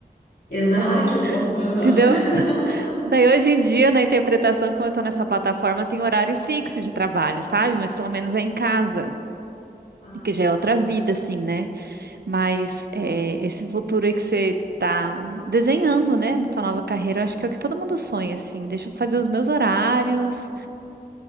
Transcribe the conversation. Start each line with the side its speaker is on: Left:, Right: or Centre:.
Left: Exato, que bom,
Right: <laughs>
Left: aham.
Right: Entendeu?
Left: <laughs>
Right: Daí hoje em dia, na interpretação, como eu estou nessa plataforma, tem horário fixo de trabalho, sabe? Mas pelo menos é em casa,
Left: Ah,
Right: que já é outra vida, assim, né? Mas é, esse futuro aí que você tá desenhando, né, na tua nova carreira, eu acho que é o que todo mundo sonha, assim. Deixa eu fazer os meus horários,